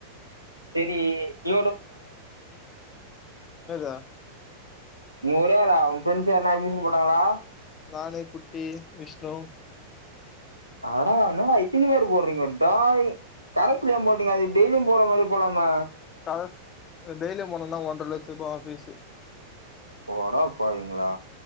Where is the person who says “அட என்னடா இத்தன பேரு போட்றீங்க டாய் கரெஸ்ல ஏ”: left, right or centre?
Right